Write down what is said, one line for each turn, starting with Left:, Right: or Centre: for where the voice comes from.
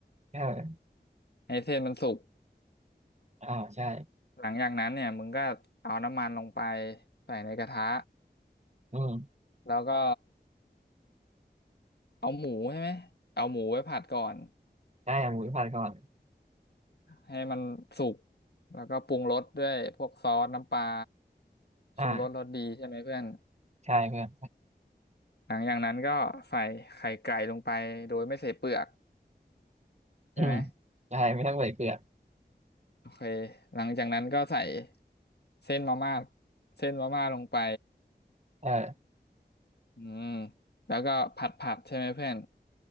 Right: เออ
Left: ให้เส้นมันสุก
Right: อ่าใช่
Left: หลังจากนั้นเนี่ยมึงก็เอาน้ำมันลงไปใส่ในกระทะ
Right: อืม
Left: แล้วก็เอาหมูใช่ไหมเอาหมูไว้ผัดก่อน
Right: ใช่เอาหมูไปผัดก่อน
Left: ให้มันสุกแล้วก็ปรุงรสด้วยพวกซอสน้ำปลา
Right: อ่า
Left: ชูรสรสดีใช่ไหมเพื่อน
Right: ใช่เพื่อน
Left: หลังจากนั้นก็ใส่ไข่ไก่ลงไปโดยไม่ใส่เปลือกใช่ไหม
Right: อืมใช่ไม่ต้องใส่เกลือ
Left: โอเคหลังจากนั้นก็ใส่เส้นมาม่าเส้นมาม่าลงไป
Right: เออ
Left: อืมแล้วก็ผัดผัดใช่ไหมเพื่อน